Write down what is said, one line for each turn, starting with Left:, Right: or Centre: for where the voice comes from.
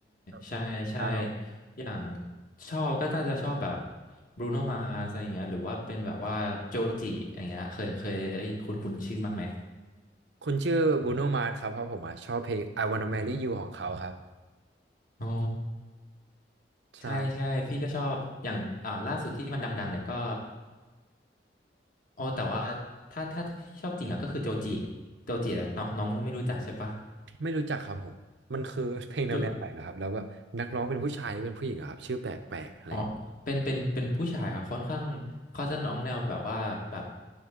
Right: <laughs>
Left: ใช่ใช่
Right: แล้วเรา
Left: อย่างชอบก็น่าจะชอบแบบบรูโนมา s อะไรอย่างเงี้ยหรือว่าเป็นแบบว่าโจจิอย่างเงี้ยเคยเคยคุ้นคุ้นๆชื่อบ้างไหม
Right: คุณชื่อบูโนมาร์สครับเพราะผมอ่ะชอบเพลง I Wanna Marry You ของเขาครับ
Left: อ๋อ
Right: ใช่
Left: ใช่ใช่พี่ก็ชอบอย่างอ่าล่าสุดที่มันดังๆเนี่ยก็อ๋อแต่ว่าถ้าถ้าถ้าพี่ชอบจริงอ่ะก็คือโจจิโจจิอะน้องน้องไม่รู้จักใช่ปะ
Right: ไม่รู้จักครับผมมันคือ <laughs> เพลงแนวแนวไหนเหรอครับแล้วแบบนักร้องเป็นผู้ชายหรือเป็นผู้หญิงเหรอครับชื่อแปลกๆอะไรี
Left: โจอ๋อเป็นเป็นเป็นผู้ชายครับค่อนข้างเขาจะน้องแนวแบบว่าแบบ